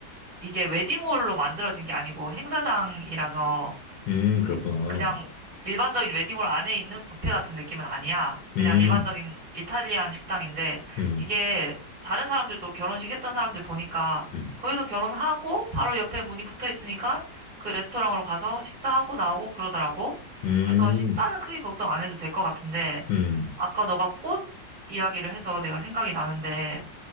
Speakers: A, on the right; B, on the left.
A: 이게 웨딩홀로 만들어진 게 아니고 행사장이라서
B: 음,
A: 그
B: 그렇구나.
A: 그냥 일반적인 웨딩홀 안에 있는 뷔페 같은 느낌은 아니야. 그냥
B: 음,
A: 일반적인 이탈리안 식당인데
B: 음,
A: 이게 다른 사람들도 결혼식 했던 사람들 보니까
B: 음,
A: 거기서 결혼하고 바로 옆에 문이 붙어 있으니까 그 레스토랑으로 가서 식사하고 나오고 그러더라고.
B: 음,
A: 그래서 식사는 크게 걱정 안 해도 될 것 같은데
B: 음.
A: 아까 너가 꽃 이야기를 해서 내가 생각이 나는데